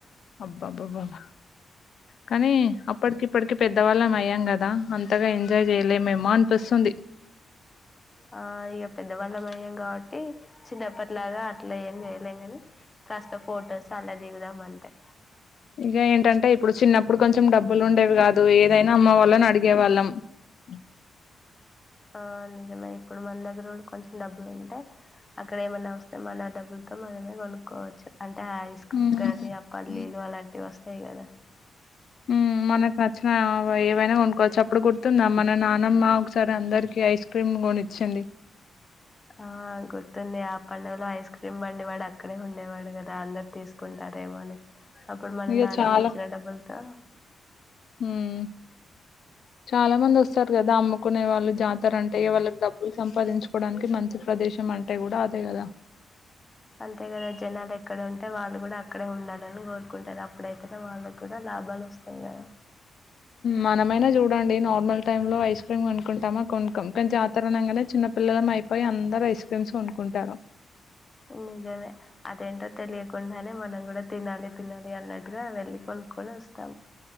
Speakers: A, on the left (about 60°); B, on the left (about 15°).
A: అబ్బ అబ్బబ్బాబ్బ కనీ అప్పటికి ఇప్పటికి పెద్దవాళ్ళమ్ అయ్యాం గదా అంత్ త్తగా ఎంజాయ్ చేయలేమేమో అన్పిస్తుంది.
B: ఆ ఇగ పెద్దవాళ్ళమయ్యాం కాబట్టి చిన్నప్పటిలాగా అట్లా ఏం చేయలేం గనీ కాస్త ఫొటోస్ అలా దిగుదామంతే
A: ఇగ ఏంటంటే ఇప్పుడు చిన్నప్పుడు కొంచెం డబ్బులు ఉండేవి గాదు ఏదైనా అమ్మ వాళ్ళన్ అడిగేవాళ్ళం ఉమ్
B: ఆ నిజమే ఇప్పుడు మన దగ్గర కూడ కొంచెం డబ్బులు ఉంటయ్ అక్కడ ఏమన్నా వస్తే మన డబ్బుల్తో మనమే కొనుక్కోవచ్చు. అంటే ఐస్ క్రీమ్
A: హ్మ్.
B: కానీ ఆ పల్లీలు అలాంటివి ఒస్తయి గదా
A: ఉమ్ మనక్ నచ్చినయ్ ఆ వ ఏవైనా కొనుక్కోవచ్చు అప్పుడు గుర్తుంద మన నానమ్మ ఒకసారి అందరికి ఐస్ క్రీమ్ గొనిచ్చింది.
B: ఆ గుర్తుంద్ పండగలో ఐస్ క్రీమ్ బండివాడక్కడే ఉండేవాడు కదా అందరు తీసుకుంటారేమో అని. అప్పుడు మన
A: ఇగ
B: నానమ్మిచ్చిన
A: చాలా
B: డబ్బుల్తో
A: మ్మ్ చాలా మంది ఒస్తరు గదా అమ్ముకునే వాళ్ళు జాత్ తరంటే వాళ్ళకి డబ్బులు సంపాదించుకోవడానికి మంచి ప్రదేశం అంటే గూడ అదే గదా
B: అంతే కదా జనాలెక్కడ ఉంటే వాళ్ళు గూడ అక్కడే ఉండాలని కోరుకుంటరు అప్పుడైతేనే వాళ్ళక్కుడా లాభాలొస్తయి గదా
A: మనమైనా జూడండి నార్మల్ టైంలో ఐస్ క్రీమ్ కొనుకుంటమా కొనుక్కోం కనీ జాతరణంగనే చిన్న పిల్లలమయిపోయి అందరు ఐస్ క్రీమ్స్ కొనుక్కుంటారు.
B: నే నిజమే అదేంటో తెలియకుండానే మనం గుడా తినాలి తినాలి అన్నట్టుగా వెళ్ళి కొనుక్కోని ఒస్తాం.